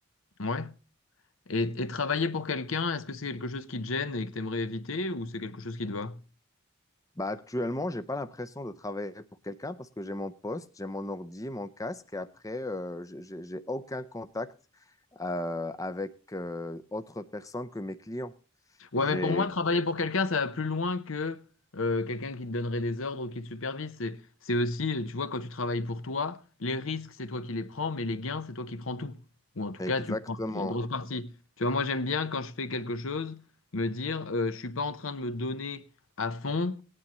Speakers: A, on the left; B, on the left.
A: ouais. Et, et travailler pour quelqu'un, est-ce que c'est quelque chose qui te gêne et que tu aimerais éviter ou c'est quelque chose qui te va?
B: Bah, actuellement, j'ai pas l'impression de travailler pour quelqu'un parce que j'ai mon poste, j'ai mon ordi, mon casque et après, euh, j'ai j'ai- j'ai aucun contact euh, avec euh, autre personne que mes clients.
A: Ouais,
B: J'ai
A: mais pour moi, travailler pour quelqu'un, ça va plus loin que euh, quelqu'un qui te donnerait des ordres ou qui te supervise. C'est, c'est aussi, euh, tu vois, quand tu travailles pour toi, les risques, c'est toi qui les prends, mais les gains, c'est toi qui prends tout. Ou en tout
B: exactement
A: cas, tu prends la grosse partie. Tu vois, moi, j'aime bien quand je fais quelque chose, me dire, euh, je suis pas en train de me donner à fond